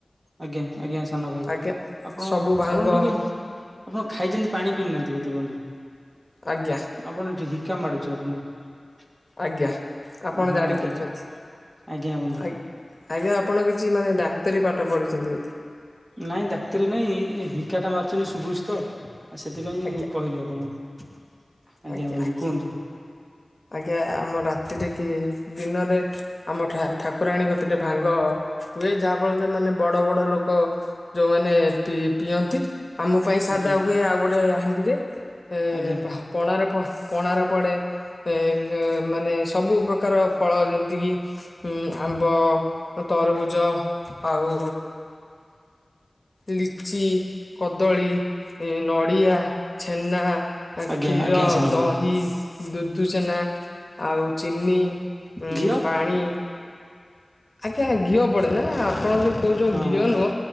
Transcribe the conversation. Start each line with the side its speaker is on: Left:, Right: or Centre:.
Right: ଆଜ୍ଞା ଆଜ୍ଞା ସାନ ଭାଇ
Left: ଆଜ୍ଞା
Right: ଆପଣ
Left: ସବୁ
Right: ଆପଣ
Left: ଭାଙ୍ଗ
Right: ଟିକେ ଆପଣ ଖାଇଛନ୍ତି ପାଣି ପିଇନାହାନ୍ତି ବୋଧେ ବନ୍ଧୁ,
Left: ଆଜ୍ଞା
Right: ଆପଣ ଟିକେ ହିକା ମାଡୁଛି ଆପଣଙ୍କୁ।
Left: ଆଜ୍ଞା ଆପଣ
Right: ହଁ
Left: ଜାଣି
Right: ଆଜ୍ଞା
Left: ପାରୁଛନ୍ତି।
Right: ଆଜ୍ଞା ବନ୍ଧୁ
Left: ଆ ଆଜ୍ଞା ଆପଣ କି ଜି ମାନେ ଡାକ୍ତରୀ ପାଠ ପଢ଼ିଛନ୍ତି ବୋଧେ।
Right: ନାଇଁ ଡାକ୍ତରୀ ନାଇଁ ହିକା ଟା ମାରୁଛନ୍ତି ସୁବୁଚି ତ। ଆ ସେଥିପାଇଁ
Left: ଆଜ୍ଞା
Right: କହିଲି ଆପଣଙ୍କୁ।
Left: ଆଜ୍ଞା
Right: ବନ୍ଧୁ
Left: ଆଜ୍ଞା
Right: କୁହନ୍ତୁ
Left: ଆଜ୍ଞା ଆମ ରାତି ରାତିରେ କି ଦିନରେ ଆମ ଠାକୁରାଣୀ ଗତିରେ ଭାଙ୍ଗ ହୁଏ ଯାହାଫଳରେ ମାନେ ବଡ ବଡ ଲୋକ ଯୋଉମାନେ ପି ପିଅନ୍ତି ମାନେ ଆମ ପାଇଁ ସାଧା
Right: ଆଜ୍ଞା।
Left: ହୁଏ ଆଉ ଗୋଟେ ହାଣ୍ଡିରେ ଏ
Right: ଆଜ୍ଞା
Left: ପଣାରେ ପ ପଣାରେ ପଡ଼େ ଏ ଗେ ମାନେ ସବୁ ପ୍ରକାର ଫଳ ଯେମିତିକି ଆମ୍ବ ତରବୁଜ ଆଉ ଲିଚି, କଦଳୀ, ନଡ଼ିଆ, ଛେନା
Right: ଆଜ୍ଞା
Left: କ୍ଷୀର,
Right: ଆଜ୍ଞା ସାନ
Left: ଦହି,
Right: ଭାଇ
Left: ଦୁଦୁଛେନା ଆଉ ଚିନି,
Right: ଘିଅ
Left: ପାଣି ଆଜ୍ଞା ଘିଅ ପଡେ ନା ଆପଣ ଯୋଉ କହୁଛ
Right: ହଁ
Left: ଘିଅ ନୁହଁ